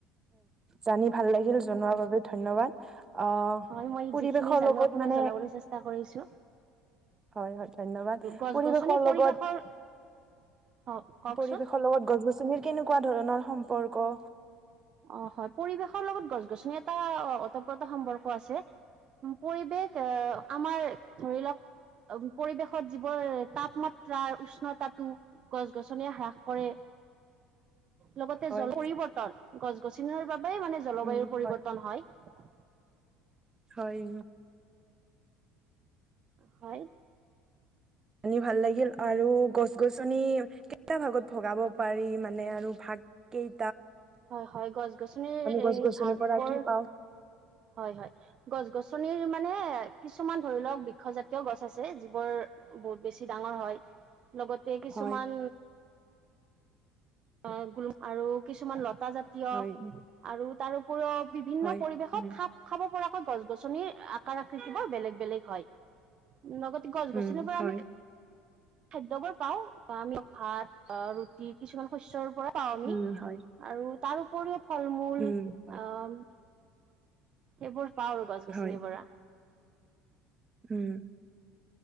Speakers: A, on the right (about 25°); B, on the right (about 45°).
A: জানি ভাল লাগিল জনোৱাৰ বাবে ধন্যবাদ। আহ
B: হয় মই
A: পৰিৱেশৰ
B: যিখিনি জানো
A: লগত
B: আপোনাক
A: মানে
B: জনাবলৈ চেষ্টা কৰিছো
A: হয় হয় ধন্যবাদ
B: গছ
A: পৰিৱেশৰ
B: গছনি পৰিৱেশৰ
A: লগত-
B: অ কওকচোন
A: পৰিৱেশৰ লগত গছ গছনিৰ কেনেকুৱা ধৰণৰ সম্পৰ্ক?
B: অ হয় পৰিৱেশৰ লগত গছ গছনি এটা উতঃ প্ৰোতঃ সম্পৰ্ক আছে। পৰিৱেশ আহ আমাৰ ধৰি লওক, পৰিৱেশত যিবোৰ তাপমাত্ৰাৰ উষ্ণতাটো গছ গছনিয়ে হ্ৰাস কৰে। লগতে
A: হয়
B: জল পৰিৱৰ্তন গছ -গছনি বাবে মানে জলবায়ুৰ
A: উম
B: পৰিৱৰ্তন
A: হয়
B: হয়।
A: হয়
B: হয়
A: আনি ভাল লাগিল আৰু গছ গছনি কেইটা ভাগত ভগাব পাৰি মানে আৰু ভাগ কেই
B: হয় হয় গছ -গছনিৰ
A: গছ
B: এই
A: গছনিৰ
B: ভাগ
A: পৰা
B: বোৰ
A: কি পাওঁ
B: হয় হয় গছ- গছনিৰ মানে কিছুমান ধৰি লওক বৃক্ষজাতীয় গছ আছে যিবোৰ বহুত বেছি ডাঙৰ হয়। লগতে কিছুমান
A: হয়
B: অ গ আৰু কিছুমান লতা জাতীয়
A: হয়
B: আৰু তাৰো <unintelligible> বিভিন্ন
A: হয়
B: পৰিৱেশত
A: উম
B: খাপ খাব পৰাকৈ। গছ -গছনি আকাৰ আকৃতি বোৰ বেলেগ বেলেগ হয়। <unintelligible> লগতে গছ-গছনিৰ
A: উম
B: পৰা
A: হয়
B: আমি খাদ্যবোৰ পাওঁ বা আমি ভাত ৰুটি কিছুমান শস্যৰ পৰা। পাওঁ আমি
A: উম হয়
B: আৰু তাৰ উপৰিও ফল মূল
A: উম হয়
B: আহ এইবোৰ পাওঁ আৰু গছ -গছনি
A: হয়
B: পৰা।
A: উম!